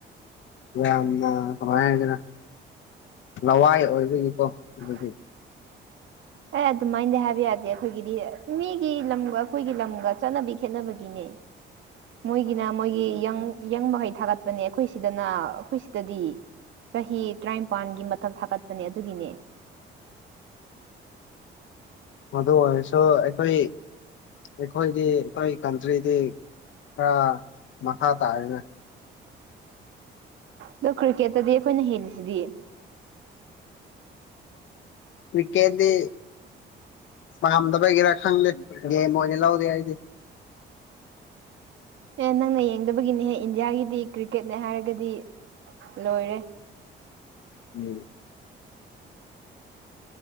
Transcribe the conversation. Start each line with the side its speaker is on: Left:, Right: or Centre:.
Left: ꯌꯥꯝꯅ ꯀꯃꯥꯏꯅꯗꯅ ꯂꯋꯥꯏ ꯑꯣꯏꯕꯒꯤꯀꯣ
Right: ꯑ
Left: <inaudible>
Right: ꯑꯦ ꯑꯗꯨꯃꯥꯏꯅꯗꯤ ꯍꯥꯏꯕ ꯌꯥꯗꯦ ꯑꯩꯈꯣꯏꯒꯤꯗꯤ ꯃꯤꯒꯤ ꯂꯝꯒ ꯑꯩꯈꯣꯏꯒꯤ ꯂꯝꯒ ꯆꯠꯅꯕꯤ ꯈꯦꯠꯅꯕꯒꯤꯅꯦ ꯃꯣꯏꯒꯤꯅ ꯃꯣꯏꯒꯤꯪ ꯌꯪ ꯃꯍꯩ ꯊꯥꯒꯠꯄꯅꯦ ꯑꯩꯈꯣꯏ ꯁꯤꯗꯅ ꯑꯩꯈꯣꯏ ꯁꯤꯗꯗꯤ ꯆꯍꯤ ꯇꯔꯥꯅꯤꯄꯥꯜꯒꯤ ꯃꯊꯛ ꯊꯥꯒꯠꯄꯅꯦ ꯑꯗꯨꯒꯤꯅꯦ
Left: ꯃꯗꯨ ꯑꯣꯏ ꯁꯣ ꯑꯩꯈꯣꯏ ꯑꯩꯈꯣꯏꯗꯤ ꯑꯩꯈꯣꯏꯒꯤ ꯀꯟꯇ꯭ꯔꯤꯗꯤ ꯈꯔ ꯃꯈꯥ ꯇꯥꯔꯦꯅꯦ
Right: ꯑꯗꯣ ꯀ꯭ꯔꯤꯀꯦꯠꯇꯗꯤ ꯑꯩꯈꯣꯏꯅ ꯍꯦꯜꯂꯤꯁꯤꯗꯤ
Left: ꯀ꯭ꯔꯤꯀꯦꯠꯇꯤ ꯄꯥꯝꯗꯕꯒꯤꯦꯔꯥ ꯈꯪꯗꯦ ꯒꯦꯝ ꯑꯣꯏꯅ ꯂꯧꯗꯦ ꯍꯥꯏꯗꯤ
Right: ꯑꯦ ꯅꯪꯅ ꯌꯦꯡꯗꯕꯒꯤꯅꯦꯍꯦ ꯏꯟꯗꯤꯌꯥꯒꯤꯗꯤ ꯀ꯭ꯔꯤꯛꯀꯦꯠꯅꯦ ꯍꯥꯏꯔꯒꯗꯤ ꯂꯣꯏꯔꯦ
Left: ꯎꯝ